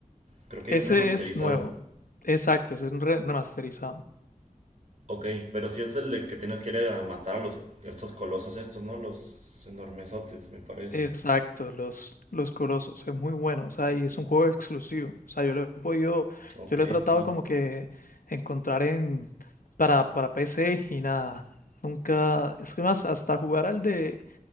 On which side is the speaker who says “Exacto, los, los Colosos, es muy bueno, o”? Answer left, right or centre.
Left